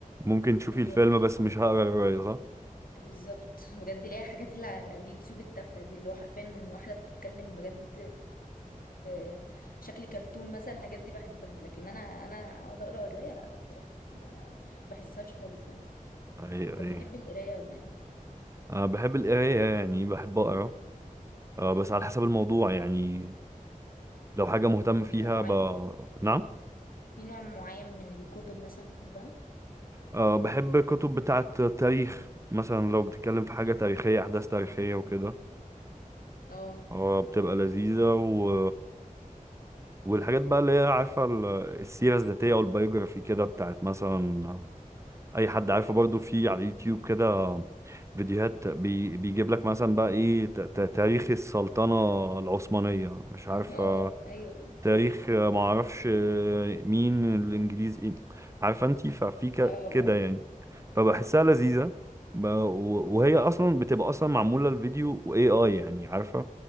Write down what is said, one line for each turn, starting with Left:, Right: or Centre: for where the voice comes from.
Right: ممكن تشوفي
Left: بالظبط
Right: الفيلم بس مش هقرا الرواية صح؟
Left: بالظبط <laughs> بجد ليها حاجات اللي على اليوتيوب التافهه دي اللي هو حرفيا واحده بتتكلم بجد آه، شكل كرتون مثلا الحاجات دي بحبها لكن انا انا اقعد اقرا روايه لا بصراحه ما بحسهاش خالص يعني
Right: <laughs> اي
Left: انت
Right: اي
Left: بتحب القرايه ولا ايه
Right: انا بحب القراية يعني بحب اقرا آه، بس على حسب الموضوع يعني لو حاجة مهتم
Left: يعني
Right: فيها
Left: في نوع معين
Right: ب... نعم
Left: في نوع معين من الكتب مثلا بتحبها
Right: أه بحب كتب بتاعة تاريخ مثلا لو بتتكلم في حاجة تاريخية أحداث تاريخية وكده
Left: اه
Right: أه بتبقى لذيذة و... والحاجات بقى اللي هي عارفة ال- السيرة الذاتية أو البيوجرافي كده بتاعت مثلا أي حد عارفه برضو في على اليوتيوب كده فيديوهات بي... بيجيب لك مثلا بقى إيه ت... ت- تاريخ السلطنة العثمانية مش عارفة
Left: <laughs> اه ايوه ايوه
Right: تاريخ آه، ما اعرفش آه، مين الانجليز ايه عارفه انت ففي ك-
Left: اه آه.
Right: كده يعني فبحسها لذيذه ب- و- وهي اصلا بتبقى اصلا معموله الفيديو واي اي يعني عارفه